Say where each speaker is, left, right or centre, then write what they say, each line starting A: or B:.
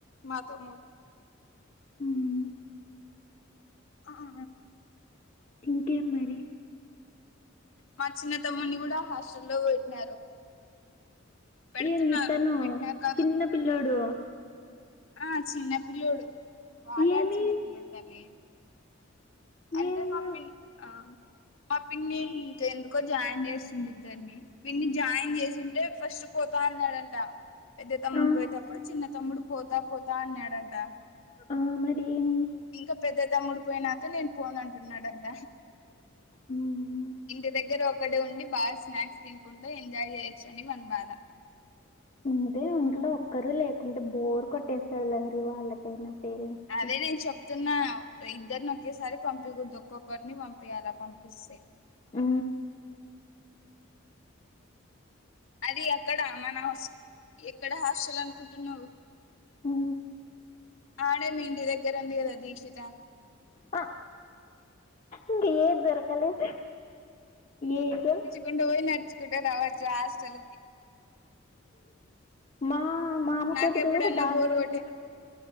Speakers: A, on the left (about 70°); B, on the left (about 35°).
A: మా తమ్ముడు
B: ఉమ్,
A: ఆఆ
B: ఇంకేం మరి
A: మా చిన్నతమ్ముడ్ని కూడా హాస్టల్లో పెట్టినారు పెడుతున్నారు
B: ఏంది తను
A: పెట్టిన కాదు
B: చిన్న పిల్లోడు
A: ఆ చిన్నపిల్లోడు బాగా
B: ఏమి
A: చిన్నపిల్లోడు తల్లి అంటే
B: ఏమి
A: మా పిన్ని ఆ మా పిన్ని ఇంకెందుకో జాయిన్ చేస్తుంది ఇద్దరిని పిన్ని జాయిన్ చేసింటే ఫస్ట్ పోతాన్నాడంట పెద్ద తమ్ముడు
B: ఆ,
A: పోయేటప్పుడు చిన్న తమ్ముడు పోతా పోతా అన్నాడంట
B: ఆ మరి ఏమి
A: ఇంకా పెద్ద తమ్ముడు పోయినాక నేను పోను అంటున్నాడంట
B: ఉమ్,
A: ఇంటి దగ్గర ఒక ఒకటే ఉండి బాగా స్నాక్స్ తినుకుంటే ఎంజాయ్ చేయొచ్చు అని వాని బాధ
B: అంటే ఒంట్లో ఒక్కరు లేకుంటే బోర్ కొట్టేస్టాదిలెండి వాళ్ళకైనా పేరెంట్స్కి
A: అదే నేను చెప్ చెప్తున్నా ఇద్దరిని ఒకేసారి పంపీకూడదు ఒక్కొక్కరిని పంపీయాల పంపిస్తే
B: ఆ
A: అది అక్కడ మన హౌస్ ఎక్కడ హాస్టల్ అనుకుంటున్నావు
B: మ్
A: ఆడే మీ ఇంటి దగ్గర ఉంది కదా దీక్షిత
B: ఆ ఇంకా ఏది దొరకలేద ఏందో
A: కుంట పోయి నచుకుంటే రావచ్చు హాస్టల్కి
B: మా మామకొడుకు
A: నాకెప్పుడన్నా
B: కూడా దాంట్లోనే
A: బోరు కొట్టి